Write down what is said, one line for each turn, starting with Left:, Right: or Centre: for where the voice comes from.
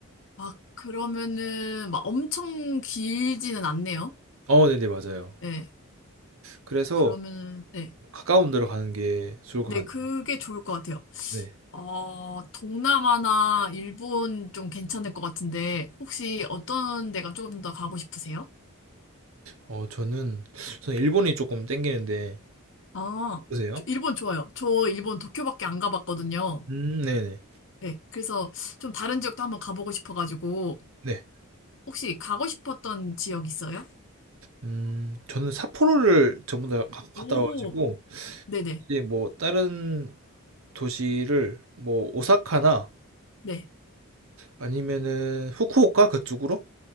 Left: 아, 그러면은, 막 엄청 길지는 않네요.
Right: 어, 네네, 맞아요.
Left: 네.
Right: 그래서
Left: 그러면은, 네.
Right: 가까운 데로 가는 게 좋을 것
Left: 네,
Right: 같네요.
Left: 그게 좋을 것 같아요.
Right: 네.
Left: 어, 동남아나 일본 좀 괜찮을 것 같은데, 혹시 어떤 데가 조금 더 가고 싶으세요?
Right: 어, 저는, 저는 일본이 조금 땡기는데,
Left: 아,
Right: 보세요.
Left: 저 일본 좋아요. 저 일본 도쿄밖에 안 가봤거든요.
Right: 음, 네네.
Left: 네. 그래서 좀 다른 지역도 한번 가보고 싶어가지고,
Right: 네.
Left: 혹시 가고 싶었던 지역 있어요?
Right: 음, 저는 삿포로를 전부 다 가- 갔다
Left: 오,
Right: 와가지고,
Left: 네네,
Right: 이제 뭐 다른 도시를 뭐 오사카나
Left: 네.
Right: 아니면은 후쿠오카 그쪽으로